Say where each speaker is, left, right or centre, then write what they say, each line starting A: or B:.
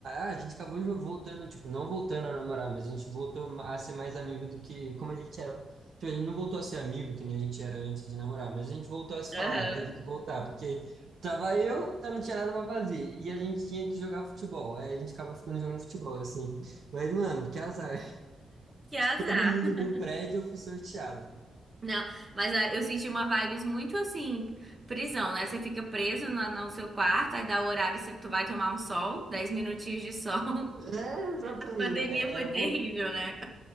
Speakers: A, on the right; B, on the right.
A: Ah, a gente acabou jo- voltando, tipo, não voltando a namorar, mas a gente voltou a ser mais amigo do que como a gente era. Tipo, a gente não voltou a ser amigo que nem a gente era antes de namorar, mas a gente voltou a se
B: Aham.
A: falar, teve que voltar, porque tava eu, eu não tinha nada pra fazer, e a gente tinha que jogar futebol, aí a gente acaba ficando jogando futebol, assim. Mas, mano, que azar
B: Que azar.
A: todo mundo do prédio eu fui sorteado.
B: Não, mas ah, eu senti uma vibes muito assim, prisão, né? Você fica preso na- no seu quarto, aí dá o horário, você tu vai tomar um sol, 10 minutinhos de sol. <laughs>
A: É, exatamente.
B: A pandemia
A: Não, é-
B: foi
A: era um
B: terrível,
A: pouco.
B: né?